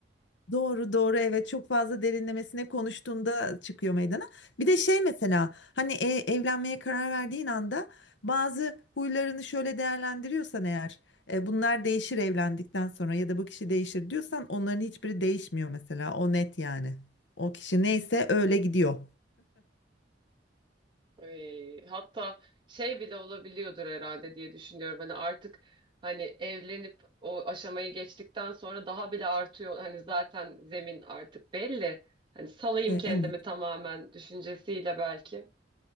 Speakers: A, on the left; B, on the right.
A: Doğru doğru evet çok fazla derinlemesine konuştuğunda çıkıyor meydana. Bir de şey mesela hani e- evlenmeye karar verdiğin anda bazı huylarını şöyle değerlendiriyorsan eğer e, bunlar değişir evlendikten sonra ya da bu kişi değişir diyorsan onların hiçbiri değişmiyor mesela o net yani. O kişi neyse öyle gidiyor.
B: Ay, hatta şey bile olabiliyordur herhalde diye düşünüyorum. Hani artık hani evlenip o aşamayı geçtikten sonra daha bile artıyor. Hani zaten zemin artık belli. Hani salayım
A: E,
B: kendimi
A: evet.
B: tamamen düşüncesiyle belki.